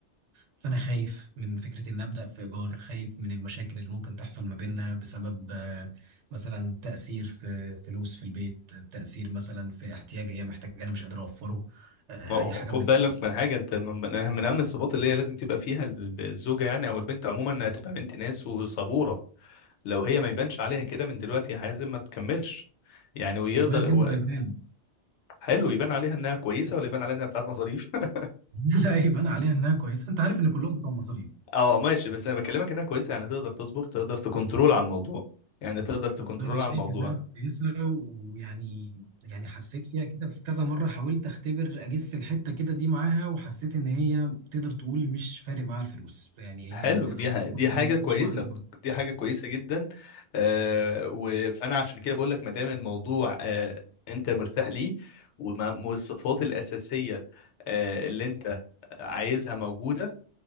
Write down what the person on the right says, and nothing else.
فأنا خايف من فكرة إن أبدأ في إيجار خايف من المشاكل اللي ممكن تحصل ما بيننا بسبب آه، مثلا تأثير في فلوس في البيت تأثير مثلا في احتياج هي محتاجة أنا مش قادر أوفره آه،
أي حاجة
من الكلام
ده
والله يا زين
هو يبان
<laughs> لا يبان عليها إنها كويسة أنت عارف إن كلهم بتوع مصاريف
والله أنا شايف
إنها كويسة ويعني يعني حسيت فيها كده في كذا مرة حاولت أختبر أجس الحتة كده دي معاها وحسيت إن هي تقدر تقول مش فارق معاها الفلوس يعني هي
تقدر
تتفاهم
وتعيش
معايا